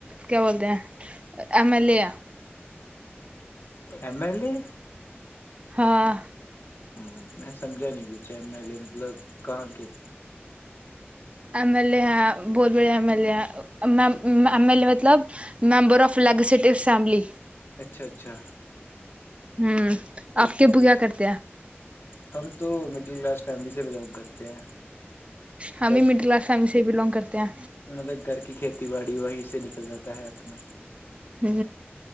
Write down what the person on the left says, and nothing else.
ایملی
ہ میں سمجھا نہیں پچھ ایم ایل اے مطلب کہاں کے
اچھا اچھا
پھر
تو
ہم تو مڈل کلاس فیملی سے بلونگ کرتے ہیں
بس
مطلب گھر کی کھیتی باڑی وہیں سے نکل جاتا ہے اپنا